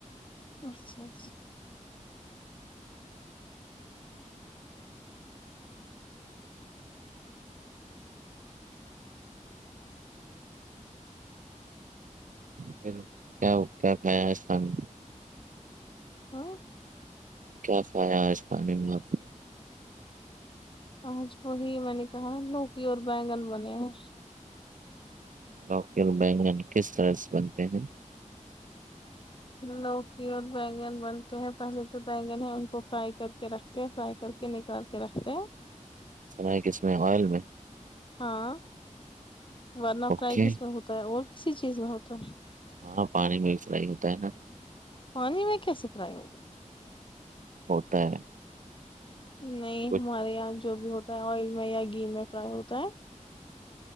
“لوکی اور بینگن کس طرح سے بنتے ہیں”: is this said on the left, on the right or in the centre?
Right